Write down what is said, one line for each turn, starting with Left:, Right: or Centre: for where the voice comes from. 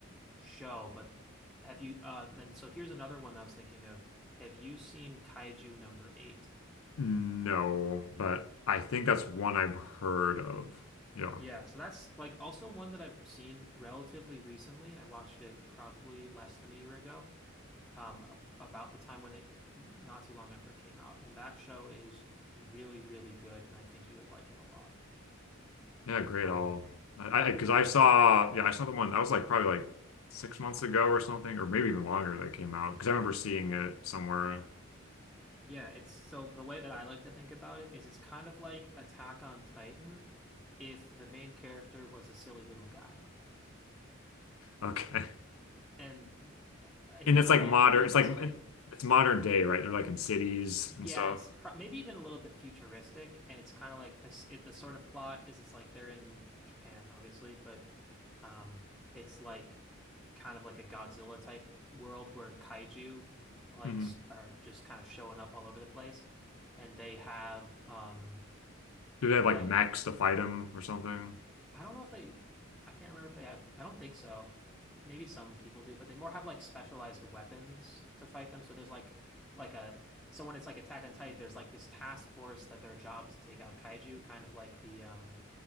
Centre: show, but have you uh then so here's another one I was thinking of. Have you seen Kaiju number 8?
Left: No, but I think that's one I've heard of. Yeah.
Centre: Yeah, so that's like also one that I've seen relatively recently. I watched it probably less than a year ago, um, a- about the time when it, not too long after it came out. And that show is really, really good, and I think you would like it a lot.
Left: Yeah, great.
Centre: Um,
Left: I'll I I because I saw yeah, I saw the one that was like probably like six months ago or something, or maybe even longer that came out because I remember seeing it somewhere.
Centre: yeah, it's so the way that I like to think about it is it's kind of like Attack on Titan if the main character was a silly little guy.
Left: Okay.
Centre: And he's
Left: And it's
Centre: not
Left: like
Centre: really,
Left: modern,
Centre: but he's
Left: it's
Centre: also
Left: like
Centre: like
Left: it's modern day, right? They're like in cities
Centre: Yeah,
Left: and stuff.
Centre: it's pro maybe even a little bit futuristic, and it's kind of like this. It, the sort of plot is it's like they're in Japan, obviously, but um, it's like kind of like a Godzilla type world where kaiju like
Left: hmm
Centre: s- are just kind of showing up all over the place, and they have um
Left: Do they have
Centre: like
Left: like mechs to fight them or something?
Centre: I don't know if they, I can't remember if they have, I don't think so. Maybe some people do, but they more have like specialized weapons to fight them. So there's like, like a, so when it's like Attack on Titan, there's like this task force that their job is to take out kaiju, kind of like the, um,